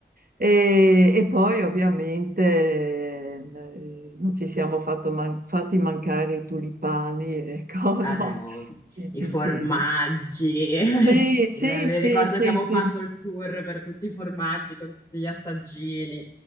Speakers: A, on the right; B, on the left.
A: E, e poi ovviamente eh, non ci siamo fatto man- fatti mancare i tulipani, ecco,
B: Vabbè,
A: <laughs> no?
B: oh,
A: Tipici,
B: i formaggi.
A: no?
B: <laughs>
A: Sì, sì,
B: Eh, Mi
A: sì,
B: ricordo
A: sì,
B: che avevo
A: sì,
B: fatto il tour per tutti i formaggi con tutti gli assaggini.